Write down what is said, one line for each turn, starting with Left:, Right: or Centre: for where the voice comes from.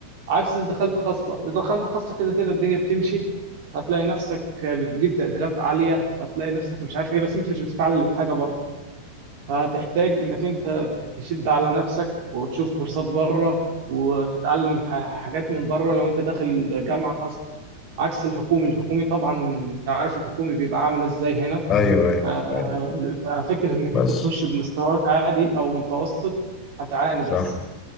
Right: عكس اللي دخلت خاصة إذا دخلت خاصة كده كده الدنيا بتمشي هتلاقي نفسك بتجيب تقديرات عالية وهتلاقي نفسك مش عارف إيه بس أنت مش بتتعلم حاجة برضه فهتحتاج إنك أنت تشد على نفسك وتشوف كورسات بره وتتعلم ح- حاجات من بره لو أنت داخل جامعة خاصة عكس الحكومي الحكومي طبعا أنت عارف الحكومي بيبقى عامل إزاي هنا
Left: ايوه ايوه
Right: ف-
Left: ايوه
Right: ففكرة إنك
Left: بس
Right: أنت تخش بمستواك عادي أو متوسط هتعاني بس
Left: صح